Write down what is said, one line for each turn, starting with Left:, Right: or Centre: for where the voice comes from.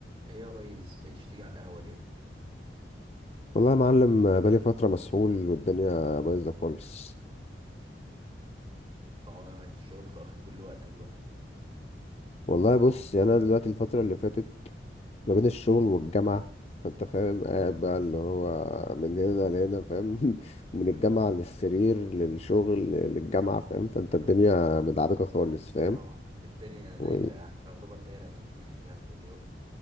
Right: ايه يا ريس بقيتش تيجي على القهوة ليه؟
Left: والله يا معلم آه، بقالي فترة مسحول والدنيا بايظة خالص
Right: اه انت الشغل خ- واخد كل وقتك بقى
Left: والله بص يعني أنا دلوقتي الفترة اللي فاتت ما بين الشغل والجامعة فأنت فاهم قاعد بقى اللي هو من هنا لهنا فاهم <laughs>
Right: مهم.
Left: من الجامعة للسرير للشغل للجامعة فاهم فأنت الدنيا مدعبكة خالص
Right: اه الدنيا دايرة
Left: فاهم
Right: يعني يعتبر دايرة انت بتلف فيها كل يوم